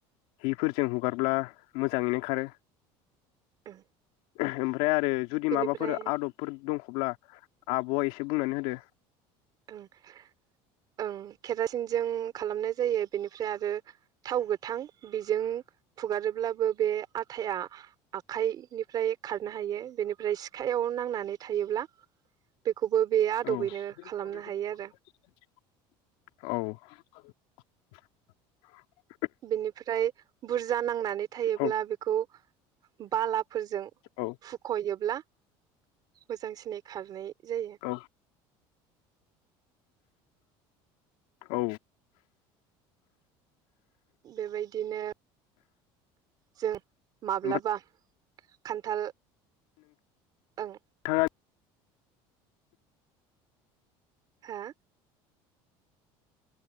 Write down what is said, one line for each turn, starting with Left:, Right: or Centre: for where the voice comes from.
Left: हिफोरजों हुगारब्ला मोजाङैनो खारो।
Right: ओं
Left: ओमफ्राय ओमफ्राय आरो जुदि
Right: बेनिफ्राय
Left: माबाफोर आदबफोर दंख'ब्ला आब'आ एसे बुंनानै होदो।
Right: <unintelligible> ओं केरासिन जों खालामनाय जायो बेनिफ्राय आरो थाव गोथां बेजों फुगारोब्लाबो बे आथाया आखाइ निफ्राय खारनो हायो बेनिफ्राय सिखायाव नांनानै थायोब्ला बे खौबो बे आदबैनो
Left: औ <unintelligible>
Right: आरो
Left: औ <unintelligible>
Right: बेनिफ्राय बुरजा नांनानै थायोब्ला
Left: औ
Right: बेखौ बालाफोरजों
Left: औ
Right: हुखयोब्ला मोजा मोजां सिनै खारनाय जायो।
Left: औ औ
Right: बेबायदिनो जों माब्लाबा
Left: ओमफ्राय
Right: खान्थाल ओं
Left: नोंथाङा
Right: हा